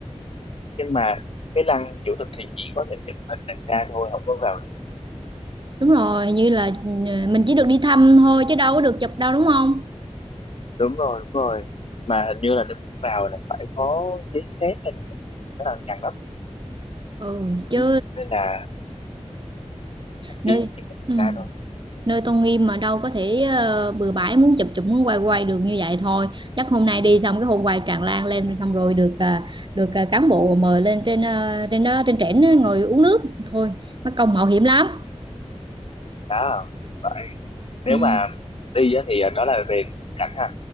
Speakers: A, on the left (about 55°); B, on the right (about 40°).
A: nhưng mà cái lăng chủ tịch thì chỉ có thể chụp hình đằng xa thôi không có vào
B: đúng rồi như là ừ, mình chỉ được đi thăm thôi chứ đâu có được chụp đâu đúng không
A: đúng rồi đúng rồi mà hình như là nếu vào là phải có giấy phép hay là nó là ngăn lắm
B: ừ chứ
A: Ừ. nên là
B: nơi
A: đi thì mình
B: ừ.
A: xa thôi
B: nơi tôn nghiêm mà đâu có thể ờ, bừa bãi muốn chụp chụp muốn quay quay được như vậy thôi chắc hôm nay đi xong cái hôm quay tràn lan lên xong rồi được ờ, được ờ, cán bộ mời lên trên ờ, trên đó trên trển á, ngồi uống nước thôi mất công mạo hiểm lắm
A: đó vậy nếu
B: ừ,
A: mà đi á, thì à, đó là về cảnh ha